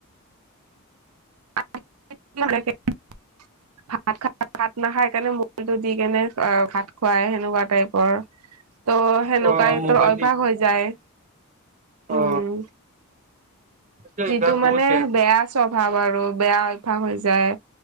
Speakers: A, on the right; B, on the right.
A: <unintelligible> ভাত খাব, ভাত নাখাই কাৰণে মোবাইটো দি কেনে ভাত খুৱাই সেনেকুৱা টাইপৰ ত' সেনেকুৱাই
B: অ মোবাইল
A: তো অভ্যাস
B: দি
A: হৈ যায়। উম,
B: অ এইটো
A: যিটো
B: অভ্যাস
A: মানে
B: বহুত
A: বেয়া চব অভাৱ আৰু বেয়া অভ্যাস হৈ যায়